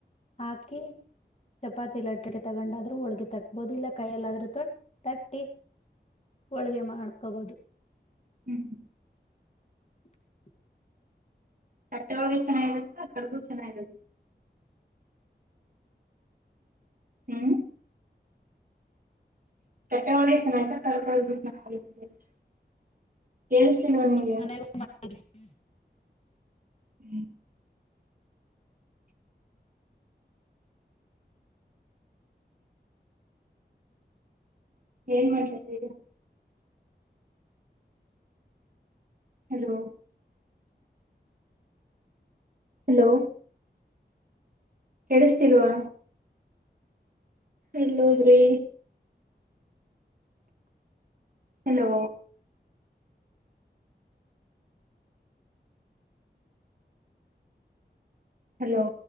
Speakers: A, on the left; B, on the right.
A: ಹಾಕಿ ಚಪಾತಿ ಲಟ್ಟೆ ತಗೊಂಡಾದ್ರ ಹೋಳ್ಗೆ ತಟ್ಬಹುದು ಇಲ್ಲ ಕೈಯಲ್ಲಾದ್ರೂ ತಟ್ ತಟ್ಟಿ ಹೋಳ್ಗೆ ಮಾಡ್ಕೋಬೋದು
B: ಹ್ಮ್
A: <inaudible>
B: ಕಟ್ಟೆ ಒಳಗ ಚೆನ್ನಾಗಿರುತ್ತ ಆ ಕಡಗು ಚೆನ್ನಾಗಿರತ್ತ ಹ್ಮ್ <unintelligible>
A: <unintelligible>
B: ನಿಂಗೆ <inaudible> <unintelligible> ಹಲೋ ಹಲೋ ಕೇಳಿಸ್ತಿಲ್ವಾ ಎಲ್ ಹೋದ್ರಿ ಹಲೋ ಹಲೋ